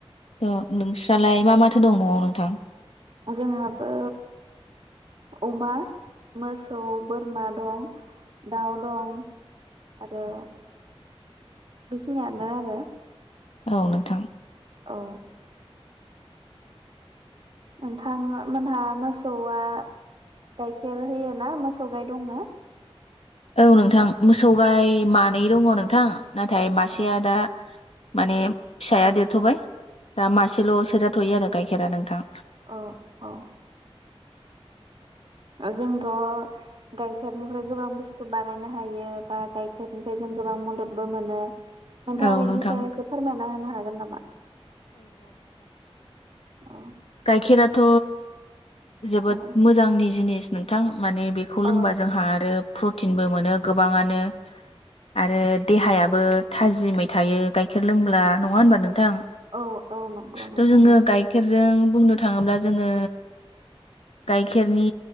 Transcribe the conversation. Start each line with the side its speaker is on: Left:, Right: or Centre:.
Left: ओ नोंस्रालाय मा माथो दं न'आव नोंथां
Right: जोंहाबो अमा, मोसौ, बोरमा दं, दाउ दं आरो बेखिनियानो आरो।
Left: औ नोंथां।
Right: औ नोंथां मोनहा मोसौआ गाइखेर होयो ना मोसौ गाइ दंना?
Left: औ नोंथां मोसौ गाय मानै दङ नोंथां नाथाय मासेया
Right: औ
Left: दा माने फिसाया देरथ'बाय दा मासेल' सेरजाथ'यो आरो गाय खेरा नोंथां।
Right: अ अ आजोंथ' गायखेरनिफ्राय गोबां बुस्थु बानायनो हायो बा गाइखेरनिफ्राय जों गोबां मददबो मोनो। नोंथाङा
Left: औ
Right: बेनि
Left: नोंथां
Right: सायाव एसे फोरमायना होनो हागोन नामा? अ
Left: गायखेराथ' जोबोद
Right: औ
Left: मोजांनि जिनिस। नोंथां। माने बेखौ लोंबा
Right: औ
Left: जोंहा आरो प्रटिनबो मोनो गोबाङानो आरो देहायाबो थाजिमै थायो गाइखेर लोंब्ला नङा होनबा नों थां
Right: औ औ नंगौ नोंथां
Left: थ' जोङो गाइखेरजों बुंनो थाङोब्ला जोङो गाइखेरनि